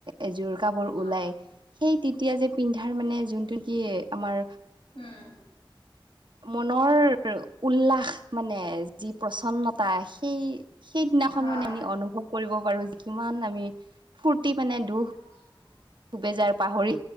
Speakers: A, on the right; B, on the left.
A: এযোৰ কাবোৰ ওলায়
B: অ
A: সেই তেতিয়া যে পিন্ধাৰ মানে যোনটো কি আমাৰ
B: উম
A: মনৰ উল্লাস মানে যি প্ৰচন্নতা সেই সেইদিনাখন
B: হয়
A: মানে আমি অনুভৱ কৰিব পাৰো যে কিমান আমি ফূৰ্তি মানে দুখ
B: <unintelligible>
A: বেজাৰ পাহৰি